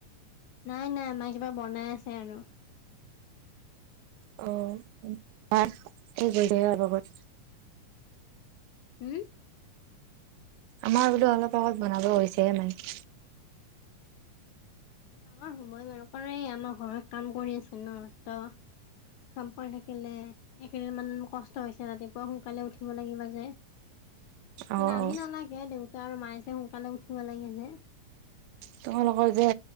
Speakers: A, on the left; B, on the right.
A: নাই নাই মায় কিবা বনাই আছে আৰু।
B: অ <unintelligible>
A: হম।
B: আমাৰ বোলো অলপ আগত বনাব গৈছেহে মায়।
A: আমাৰ সময় মানু কৰে আমাৰ ঘৰত কাম কৰি আছে নহ ত। কাম কৰি থাকিলে একেইদিনমান কষ্ট হৈছে ৰাতিপুৱা সোনকালে উঠিব লাগিব যে।
B: অ
A: মানে আমি
B: অ
A: নালাগে দেউতা আৰু মায়ে যে সোনকালে উঠিব লাগে যে।
B: তোমালোকৰ যে